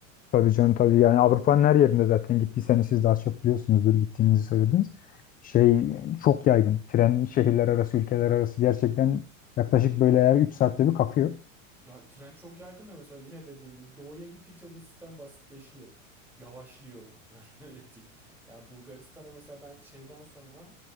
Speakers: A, on the left (about 20°); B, in the centre.
A: Tabii canım tabii yani Avrupa'nın her yerinde zaten gittiyseniz siz daha çok biliyorsunuzdur gittiğinizi söylediniz. Şey çok yaygın. Tren şehirler arası, ülkeler arası gerçekten yaklaşık böyle her 3 saatte bir kalkıyor.
B: Ya tren çok yaygın da mesela yine dediğim gibi doğuya gittikçe bu sistem basitleşiyor. Yavaşlıyor. <laughs> Öyle, öyle diyeyim. Ya Bulgaristan'a mesela ben şeyden sonra